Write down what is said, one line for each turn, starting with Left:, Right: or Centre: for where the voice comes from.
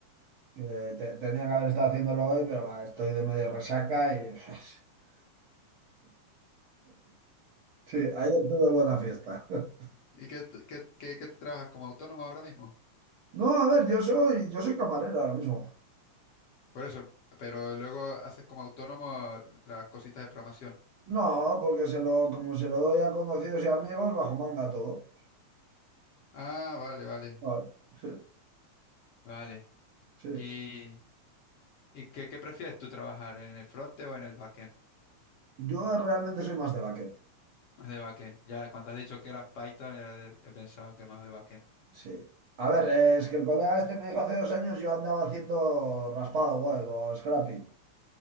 Right: que te- tenía que haber estado haciéndolo hoy, pero va, estoy de medio resaca y... <laughs> Sí, ayer tuve buena fiesta. <laughs>
Left: ¿Y qué, t- qué- qué- qué trabajas como autónomo ahora mismo?
Right: No, a ver, yo soy, yo soy camarero ahora mismo.
Left: Por eso, pero luego haces como autónomo las cositas de programación.
Right: No, porque se lo, como se lo doy a conocidos y amigos, bajo manga todo.
Left: Ah, vale, vale,
Right: Claro, sí,
Left: vale.
Right: sí.
Left: ¿Y, y qué, qué prefieres tú trabajar, en el frontend o en el backend?
Right: Yo realmente soy más de baquet.
Left: Más de backend. Ya cuando has dicho que eras Python, ya he he pensado que más de backend.
Right: Sí. A ver, eh, es que el colega este me dijo hace dos años yo andaba haciendo raspado web o scrapping.